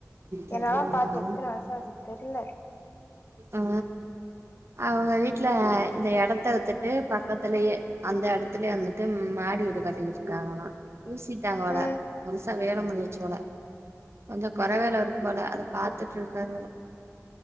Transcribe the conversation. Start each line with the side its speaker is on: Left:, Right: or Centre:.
Right: தெர்ல
Left: ஏனா
Right: உனக்கு
Left: பாத்து எத்தன வருஷ ஆச்சு தெர்ல
Right: ஆ அவங்க வீட்ல இந்த இடத்த வித்துட்டு பக்கத்துலயே அந்த இடத்து த்துலே வந்துட்டு மாடி வீடு கட்டிக்கிட்டு இருக்காங்கலா பூசிட்டாங்க வோல
Left: ம்
Right: புதுசா வேல முடிஞ்சுச்சுபோல கொஞ்ச குறவேலருக்
Left: ஆ
Right: கு போல அத பாத்துட்டு இருக்காருபோல